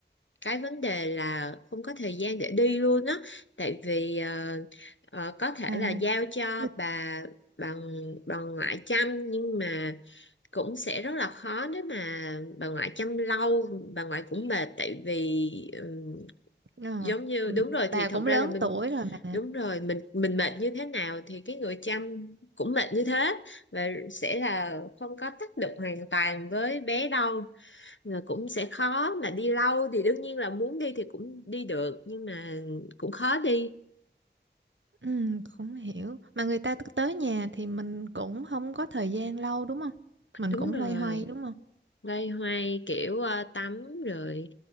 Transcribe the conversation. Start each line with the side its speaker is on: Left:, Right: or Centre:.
Left: cái vấn đề là không có thời gian để đi luôn á tại vì ờ, ờ, có thể
Right: À.
Left: là giao cho
Right: người
Left: bà bà bà ngoại chăm nhưng mà cũng sẽ rất là khó nếu mà bà ngoại chăm lâu bà ngoại cũng mệt tại vì ừm,
Right: Ờ,
Left: giống như
Right: ừ,
Left: đúng rồi
Right: bà
Left: thì thật
Right: cũng
Left: ra
Right: lớn
Left: là mình
Right: tuổi rồi mà
Left: đúng rồi mình mình mệt như thế nào thì cái người chăm cũng mệt như thế và sẽ là không có tác động hoàn toàn với bé đâu rồi cũng sẽ khó mà đi lâu thì đương nhiên là muốn đi thì cũng đi được nhưng mà cũng khó đi
Right: ừ, cũng hiểu mà người ta t- tới nhà thì mình cũng không có thời gian lâu đúng không mình
Left: đúng
Right: cũng
Left: rồi
Right: loay hoay đúng không
Left: loay hoay kiểu ờ, tắm rồi